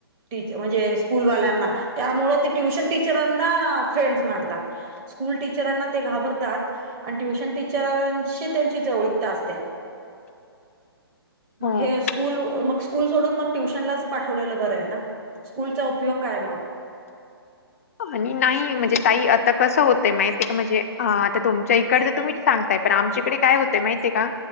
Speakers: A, on the right; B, on the left.
A: टीच म्हणजे स्कूलवाल्यांना त्यामुळे ते ट्युशन टीचरांना फ्रेंड्स माणतात. स्कूल टीचरांना ते घाबरतात आणि ट्युशन टीच टिचरांशी त्यांची जवळीकता असते. मग
B: हो
A: हे स्कूल मग स्कूल सोडून मग ट्युशनलाच पाठवलेल बर आहे ना स्कूलचा उपयोग काय मग?
B: आणि नाही म्हणजे ताई आता कस होतय माहिती आहे का म्हणजे आता तुमच्या इकडच तुम्ही सांग नाही पण आमच्याकडे काय होतय माहितीय का